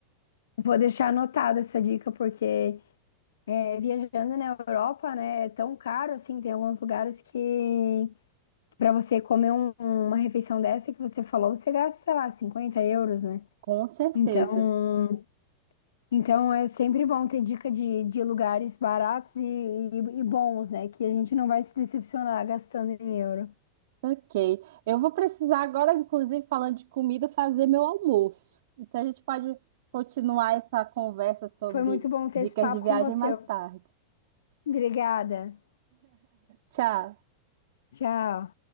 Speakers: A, on the left; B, on the right.
A: Vou deixar anotada essa dica, porque é, viajando na Europa, né, é tão caro assim, tem alguns lugares que para você comer um- uma refeição dessa que você falou, você gasta, sei lá, 50 euros, né?
B: Com certeza.
A: Então, Então é sempre bom ter dica de, de lugares baratos e, e- e bons, né? Que a gente não vai se decepcionar gastando em euro.
B: Ok. Eu vou precisar agora, inclusive, falando de comida, fazer meu almoço. Então a gente pode continuar essa conversa sobre
A: Foi muito bom ter
B: dicas
A: esse papo
B: de viagem
A: com você.
B: mais tarde.
A: Obrigada.
B: Tchau.
A: Tchau.